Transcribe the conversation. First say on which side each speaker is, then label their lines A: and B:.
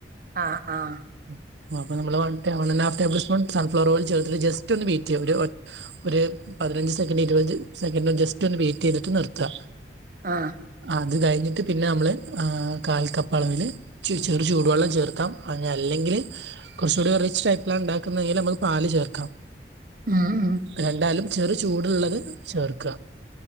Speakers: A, on the right; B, on the right.
A: ആ ആ.
B: ആഹ് അപ്പൊ നമ്മള് one K one and half table spoon sunflower oil ചേർത്തിട്ട് ജസ്റ്റൊന്ന് ബീറ്റ്യ്യ. ഒര് ഒ ഒര് പതിനഞ്ച് സെക്കൻഡ് ഇരുപത് സെക്കൻഡോ ജസ്റ്റോന്ന് ബീറ്റ് ചെയ്തിട്ട് നിർത്താ.
A: ആഹ്.
B: അത് കഴിഞ്ഞിട്ട് പിന്നെ നമ്മള് ആ കാൽക്കപ്പ അളവില് ചെ ചെറു ചൂടുവെള്ളം ചേർക്കാം. ഇനി അല്ലെങ്കില് കൊർച്ചുകൂടി ഒരു റിച്ച് ടൈപ്പിലാണ് ണ്ടാക്കുന്ന ങ്കില് ഞമ്മക്ക് പാല് ചേർക്കാം.
A: ഉം ഉം
B: രണ്ടായാലും ചെറു ചൂടുള്ളത് ചേർക്ക.